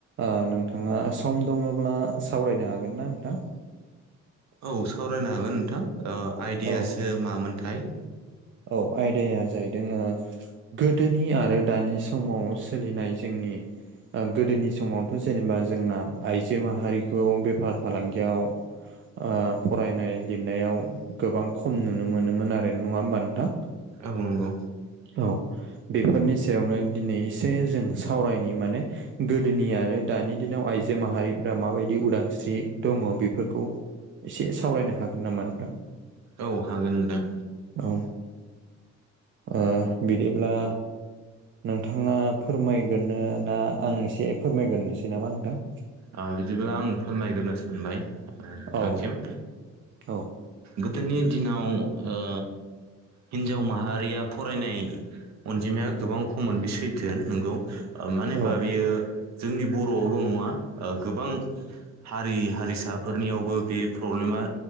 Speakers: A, on the right (about 40°); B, on the right (about 65°).
A: ओ नोंथाङा सम दङोब्ला सावरायनो हागोन ना नोंथां?
B: औ सावरायनो हागोन नोंथां ओ आयदायासो
A: औ
B: मामोनथाय?
A: औ आयदाया जाहैदों ओ गोदोनि आरो दानि समाव सोलिनाय जोंनि ओ गोदोनि समावथ' जेनेबा जोंना आइजो माहारिखौ बेफार फालांगियाव ओ फरायनाय लिरनायाव गोबां खम नुनो मोनोमोन आरो, नङा होमबा नोंथां?
B: औ नांगौ।
A: औ बेफोरनि सायावनो दिनै एसे जों सावरायनि माने। गोदोनि आरो दानि दिनाव आइजो माहारिफ्रा माबायदि उदांस्रि दङ बेफोरखौ एसे सावरायनो हागोन नामा नोंथां?
B: औ हागोन नोंथां।
A: औ ओ बिदिब्ला नोंथाङा फोरमायग्रोनो ना, आं एसे फोरमायग्रोनोसै नामा नोंथां।
B: ओ बिदिब्ला आं फोरमायग्रोनो सानबाय नोंथांसिम
A: औ दे औ
B: गोदोनि दिनाव ओ हिनजाव माहारिया फरायनाय अनजिमाया गोबां खममोन बे सैथो नोंगौ। मानो
A: औ
B: होनबा
A: ओं
B: बियो जोंनि बर'आवल' नङा। ओ गोबां हारि हारिसाफोरनियावबो बे प्रब्लेमा